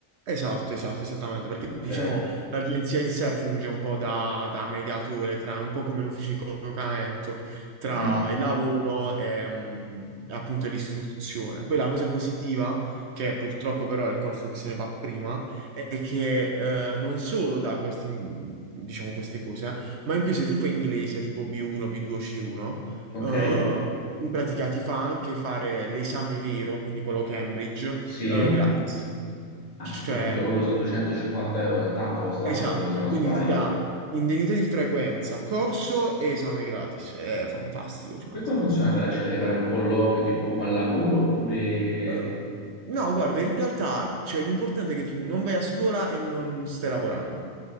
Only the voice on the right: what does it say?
Esatto, esatto, esattamente, perché
diciamo l'agenzia in sé funge un po' da, da mediatore, tra, un po' come l'ufficio di collocamento, tra
il lavoro e mh, appunto l'istruzione. Poi la cosa positiva, che purtroppo però è il corso che se ne va prima, è che eh, non solo da questi, diciamo, queste cose, eh, ma in più se tu fai inglese tipo B1, B2, C1,
eh, in pratica ti fa anche fare l'esame vero, quindi quello Cambridge,
eh, gratis.
Cioè,
esatto,
quindi
ti dà indennità di frequenza, corso e esame gratis. Ed È fantastico, cioè,
nel
senso.
Eh, no, guarda, in realtà, cioè, l'importante è che tu non vai a scuola e non stai lavorando.